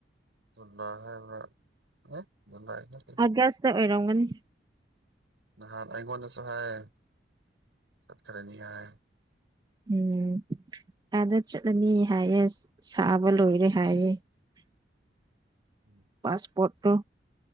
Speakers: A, on the right; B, on the right.
A: ꯖꯨꯂꯥꯏ ꯍꯥꯏꯕ꯭ꯔꯥ ꯑꯦ ꯖꯨꯂꯥꯏ ꯅꯠꯇꯦ
B: ꯑꯥꯒꯁꯇ ꯑꯣꯏꯔꯝꯒꯅꯤ
A: ꯅꯍꯥꯟ ꯑꯩꯉꯣꯟꯗꯁꯨ ꯍꯥꯏ ꯆꯠꯈ꯭ꯔꯅꯤ ꯍꯥꯏ
B: ꯎꯝ ꯑꯥꯗ ꯆꯠꯂꯅꯤ ꯍꯥꯏꯌꯦ ꯁꯥꯕ ꯂꯣꯏꯔꯦ ꯍꯥꯏꯌꯦ <inaudible>
A: ꯎꯝ <unintelligible> <inaudible>
B: ꯄꯥꯁꯄꯣꯔꯠꯇꯨ